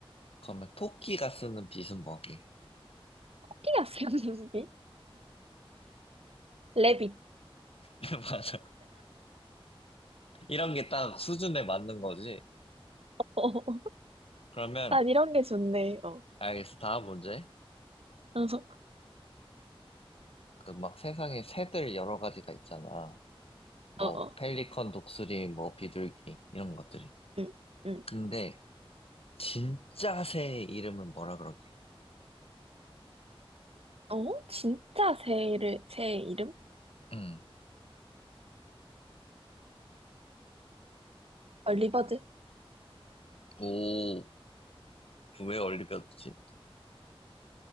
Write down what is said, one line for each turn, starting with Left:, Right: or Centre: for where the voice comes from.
Left: 그러면 토끼가 쓰는 빗은 뭐게?
Right: 코끼리 아스랑 비 레빗.
Left: <laughs> 맞아. 이런 게 딱 수준에 맞는 거지.
Right: 어. <laughs>
Left: 그러면
Right: 난 이런 게 좋네. 어.
Left: 알겠어. 다음 문제.
Right: <laughs> 그래서,
Left: 그 막 세상에 새들 여러 가지가 있잖아. 뭐
Right: 어, 어.
Left: 펠리컨, 독수리, 뭐 비둘기 이런 것들이.
Right: 응, 응.
Left: 근데 진짜 새의 이름은 뭐라 그러게?
Right: 어? 진짜 새를, 새 이름?
Left: 응.
Right: 아, 리버드?
Left: 오, 왜 얼리버드지?